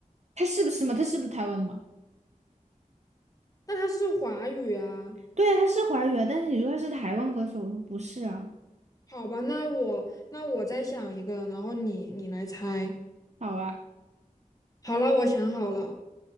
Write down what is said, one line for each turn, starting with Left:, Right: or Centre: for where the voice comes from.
Right: 他是不是嘛？他是不是台湾的嘛？
Left: 那他是华语啊？
Right: 对呀、他是华语啊，但是你说他是台湾歌手，我说不是啊，
Left: 好吧，那我那我再想一个，然后你你来猜。
Right: 好啊，
Left: 好了，我想好了，